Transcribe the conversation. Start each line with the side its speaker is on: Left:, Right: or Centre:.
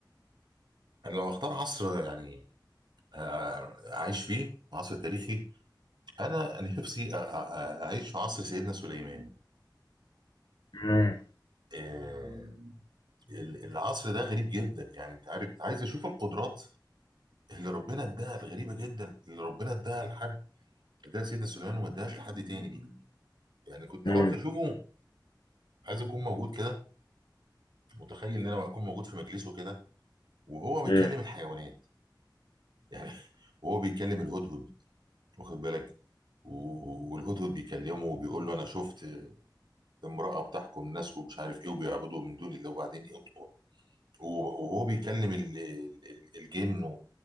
Right: انا لو اختار عصر يعني آه، آه، اعيش فيه عصر تاريخي انا نفسي أ- أ- اعيش في عصر سيدنا سليمان
Left: مم.
Right: آه، ال- العصر ده غريب جدا يعني انت عارف عايز اشوف القدرات اللي ربنا اداها الغريبه جدا اللي ربنا اداها لحد اداها سيدنا سليمان وما اداهاش لحد تاني دي يعني كنت
Left: مم.
Right: عاوز اشوفه عايز اكون موجود كده متخيل ان انا اكون موجود في مجلسه كده وهو بيكلم
Left: مم.
Right: الحيوانات يعني <laughs> وهو بيكلم الهدهد واخد بالك و- والهدهد بيكلمه وبيقول له انا شفت امراه بتحكم ناس ومش عارف ايه وبيعبدوا من دون الله وبعدين ايه وهو بيكلم ال- ال- ال- الجن و-